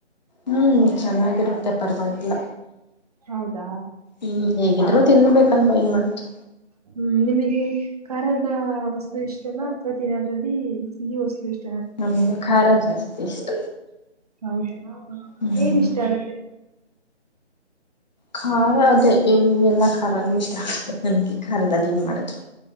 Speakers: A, on the left; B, on the right.
A: ಹ್ಮ್ ಚೆನ್ನಾಗಿರುತ್ತೆ ಪರವಾಗಿಲ್ಲ
B: ಹೌದಾ
A: ಹ್ಮ್ ಹೇಗ ಇದ್ರರು ತಿನ್ಬೇಕಲ್ವಾ ಏನ್ ಮಾಡೋದು
B: ಹ್ಮ್ ನಿಮಗೆ ಖಾರದ ವಸ್ತು ಇಷ್ಟಲ್ಲ ಅಥವಾ ತಿನ್ನದ್ರಲ್ಲಿ ಸಿಗಿ ವಸ್ತು ಇಷ್ಟ
A: ನಮಗೆ ಖಾರ ಜಾಸ್ತಿ ಇಷ್ಟ
B: ಹೌದ
A: ಹ್ಮ್
B: ಏನ್ ಇಷ್ಟ ಅ
A: ಖಾರ ಅದೇ ಏನ್ ಎಲ್ಲಾ ಖಾರಾನೂ ಇಷ್ಟ ಆಗ್ತದೆ ನಂಗೆ ಕಾಲದಲ್ಲಿ ಏನ್ ಮಾಡಿದ್ರು